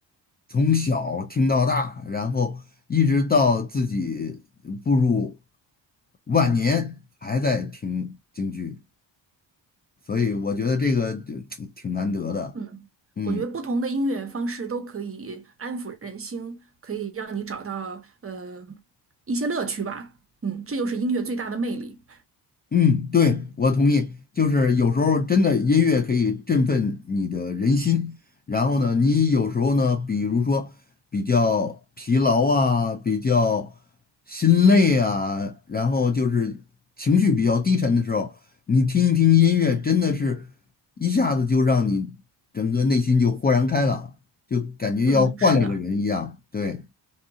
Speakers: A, on the left; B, on the right.
A: 从小听到大，然后一直到自己步入晚年还在听京剧，所以我觉得这个就 <tsk> 挺难得的。
B: 嗯，
A: 嗯。
B: 我觉得不同的音乐方式都可以安抚人心，可以让你找到呃一些乐趣吧。嗯，这就是音乐最大的魅力。
A: 嗯，对，我同意。就是有时候真的音乐可以振奋你的人心，然后呢，你有时候呢，比如说比较疲劳啊，比较心累啊，然后就是情绪比较低沉的时候，你听一听音乐，真的是一下子就让你整个内心就豁然开朗，就感觉要换了个人一样。
B: 嗯，是的，
A: 对，